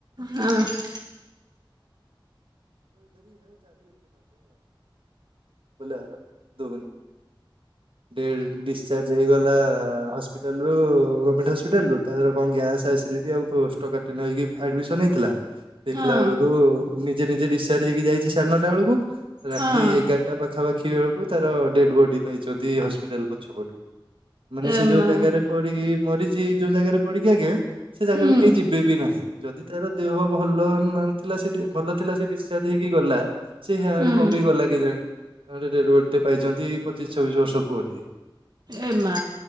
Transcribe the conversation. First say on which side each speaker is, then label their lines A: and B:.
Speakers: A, on the right; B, on the right.
A: ହଁ ।
B: <unintelligible> ବୁଲା ର ଦୋଉନି। ଟେ ଡିସଚାର୍ଜ ହେଇଗଲା। ହସ୍ପିଟାଲ ରୁ ଗମେଣ୍ଟ ହସ୍ପିଟାଲରୁ। ତାପରେ କଣ ଗ୍ୟାସ୍ ଆସି ହେଠୀ ଆଉ କୋଷ୍ଟକାଠିନ୍ୟ ହେଇକି ଆଡମିସନ୍ ହେଇଥିଲା । ଦେଖିଲା
A: ହଁ।
B: ବେଳକୁ ନିଜେ ନିଜେ ଡିସଚାର୍ଜ ହେଇକି ଯାଇଚି ସାଢେ ନଅଟା ବେଳକୁ। ରାତି
A: ହଁ
B: ଏଗାରଟା ପାଖାପାଖି ଦେଖିଲାବେଳକୁ ତାର ଡେଡ୍ ବଡି ପାଇଛନ୍ତି ହସ୍ପିଟାଲ ପଛପଟୁ । ମାନେ
A: ଏ
B: ସେ ଯୋଉ
A: ମା
B: ଜାଗାରେ ପଡିକି ମରିଚି। ଯୋଉ ଜାଗାରେ ପଡିକି ଆଜ୍ଞା ସେ ଜାଗାକୁ
A: ହୁଁ
B: କେହି ଯିବେ ବି ନାହିଁ। ଯଦି ତାର ଦେହ ଭଲ ନଥିଲା ସେଠି ଭଲ ଥିଲା ସେ ଡିସଚାର୍ଜ ହେଇକି ଗଲା। ସେ ହିଆଡେ
A: ହୁଁ
B: କଁ ପାଇଁ ଗଲା କେଜାଣି । <unintelligible> ପାଇଛନ୍ତି ପଚିଶ ଛବିଶ ବର୍ଷ ପୁଅ ଟିଏ।
A: ଏ ମା।